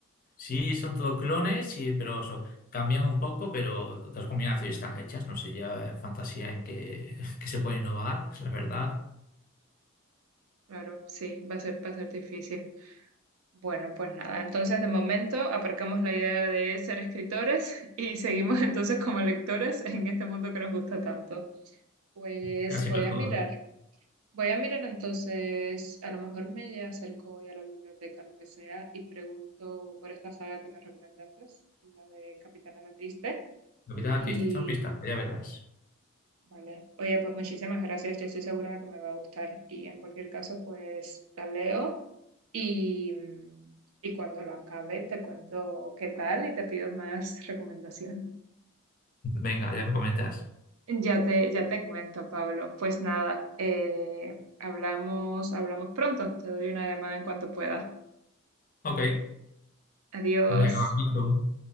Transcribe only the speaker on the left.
sí, son todo clones, y, pero eso, cambian un poco, pero las combinaciones están hechas, no sé, ya en fantasía en que, <laughs> que se puede innovar, la verdad,
casi
mejor.
Navidad,
te echa un vistazo, ya verás.
Venga, ya me comentas.
Ok,
venga, un abrazo.